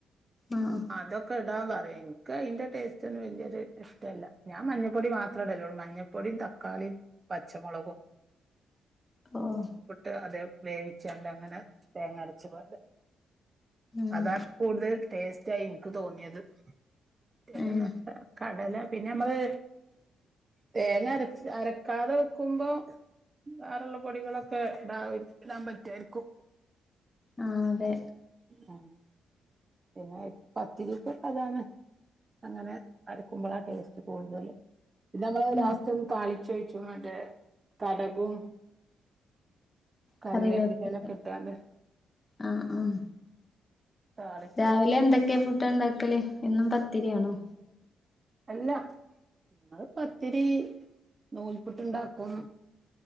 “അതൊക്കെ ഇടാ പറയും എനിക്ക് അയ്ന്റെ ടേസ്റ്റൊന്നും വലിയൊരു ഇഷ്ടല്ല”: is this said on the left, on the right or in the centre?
Right